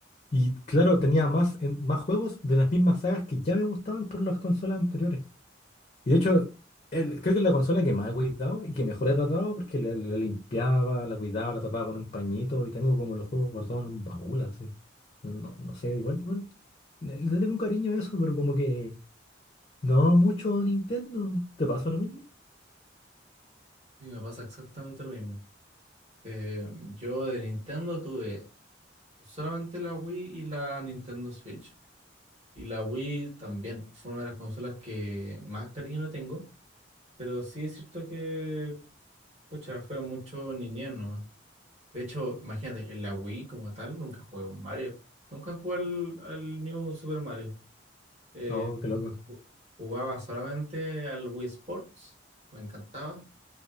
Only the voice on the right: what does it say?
Y me pasa exactamente lo mismo. Eh, yo de Nintendo tuve solamente la Wii y la Nintendo Switch. Y la Wii también fue una de las consolas que más cariño le tengo, pero sí es cierto que, pucha, fue mucho niñez, ¿no? De hecho, imagínate, en la Wii como tal nunca jugué un Mario. Nunca jugué al, al New Super Mario. Eh,
ju- jugaba solamente al Wii Sports. Me encantaba.